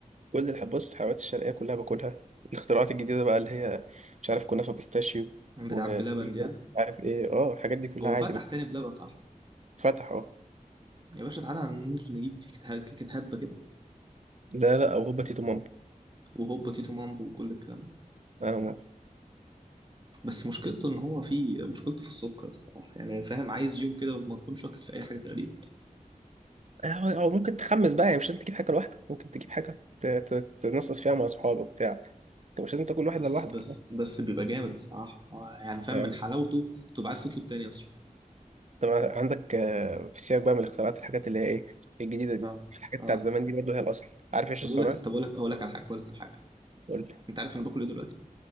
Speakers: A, on the right; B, on the right.
A: كل الح... بص الحلويات الشرقيه كلها باكلها الاختراعات الجديده بقى اللي هي مش عارف كنافه بيستاشيو
B: بتاع
A: و
B: بلبن
A: مش
B: دي يعني.
A: عارف ايه اه الحاجات دي كلها
B: هو
A: عادي
B: فتح
A: باكل
B: تاني بلبن صح
A: فتح اه
B: يا باشا تعالى ننزل نجيب كيكة كيكة هبة كده
A: ده لا او هوبا تيتو مامبو
B: وهوبا تيتو مامبو وكل الكلام ده
A: انا موافق
B: بس مشكلته ان هو في مشكلته في السكر الصراحه يعني فاهم عايز يوم كده وما تكون شاكل في اي حاجه تقريبا
A: او أو ممكن تخمس بقى يعني مش لازم تجيب حاجه لوحدك ممكن تجيب حاجه ت- ت- تنصص فيها مع اصحابك بتاع انت مش لازم تاكل واحد
B: بس
A: لوحدك
B: بس بس بيبقى جامد الصراحه آه، يعني فاهم
A: آه،
B: من حلاوته تبقى عايز تطلب تاني اصلا
A: طب عندك آه، في السياق بقى من الاختراعات الحاجات اللي هي ايه الجديدة دي
B: اه
A: الحاجات
B: اه
A: بتاعت زمان دي برضه هي الأصل عارف ايش
B: طب
A: الصراحة؟
B: اقول لك طب اقول لك اقول لك على حاجه اقول لك على حاجه
A: قول لي
B: انت عارف انا باكل ايه دلوقتي